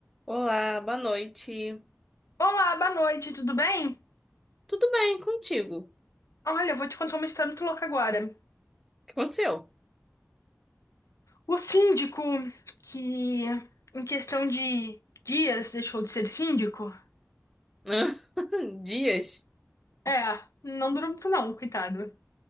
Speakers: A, in the centre; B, on the left (about 85°).
A: Olá, boa noite.
B: Olá, boa noite, tudo bem?
A: Tudo bem contigo? O
B: Olha, eu vou te contar uma história muito louca agora.
A: que aconteceu?
B: O síndico que, em questão de dias, deixou de ser síndico.
A: <laughs> Dias?
B: É, não durou muito não, coitado.